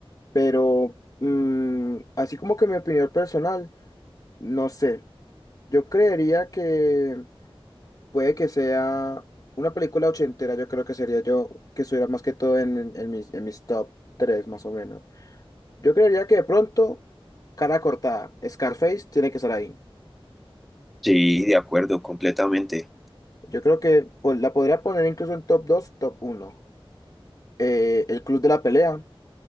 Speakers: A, on the left (about 40°); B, in the centre.
A: pero mm, así como que mi opinión personal, no sé. Yo creería que puede que sea una película ochentera, yo creo que sería yo que estuviera más que todo en, en- en mis, en mis top 3 más o menos. Yo creería que de pronto, cara cortada, Scarface tiene que estar ahí.
B: Sí, de acuerdo, completamente.
A: Yo creo que pues, la podría poner incluso en top 2 top uno eh, El Club de la Pelea,